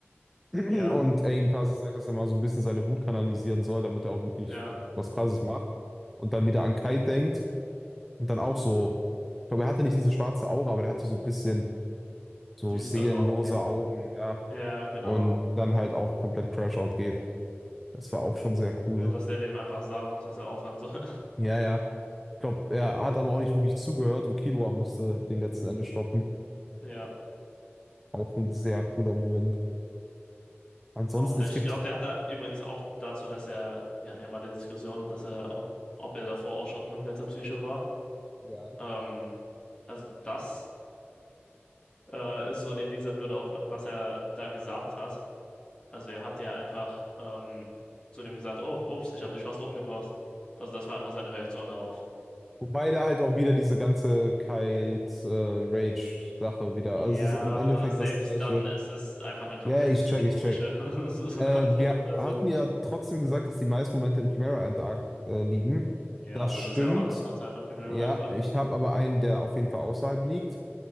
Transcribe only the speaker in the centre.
<clears throat> und
er ihm quasi Ja. sagt, dass er mal so ein bisschen seine Wut kanalisieren soll, damit er auch wirklich
was Krasses macht und dann wieder an Kai denkt und dann auch so, ich glaube, er hatte nicht diese schwarze Aura, aber der hatte so ein bisschen so
seelenlose
Augen, ja,
und dann halt auch komplett Crash-Out geht. Das war auch schon sehr
cool.
Ja, ja. Ich glaube, er hat aber auch nicht wirklich zugehört und Killua musste den letzten Ende stoppen.
Auch ein sehr cooler Moment. Ansonsten,
es gibt,
Ja.
wobei da halt auch wieder diese ganze Kite-Rage-Sache wieder.
Also es ist im Endeffekt
das Gleiche.
Ja, yeah, ich
check, ich check.
Äh,
wir
hatten ja trotzdem gesagt, dass die meisten Momente im Chimera Ant Arc äh, liegen.
Das
stimmt.
Ja, ich habe aber einen, der auf jeden Fall außerhalb liegt.